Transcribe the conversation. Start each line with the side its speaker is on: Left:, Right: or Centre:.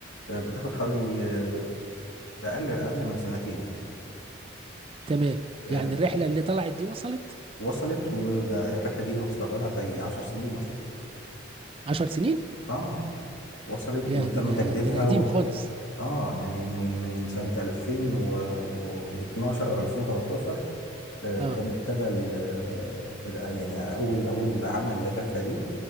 Left: آه، بتاخد حوالي آه، أقل أقل من سنتين
Right: تمام
Left: آه،
Right: يعني الرحله اللي طلعت دي وصلت
Left: وصلت وده الرحلة دي واصلة بقالها بتاعي 10 سنين مثلا
Right: 10 سنين
Left: آه وصلت
Right: يا
Left: وتم
Right: ده انا
Left: تجديدها
Right: ده انا قديم خالص
Left: اه يعني من من سنة 2012 او 2013 آه،
Right: اه
Left: كان ابتدى ال- آه، ال- يعني اول اول عمل للرحلة دي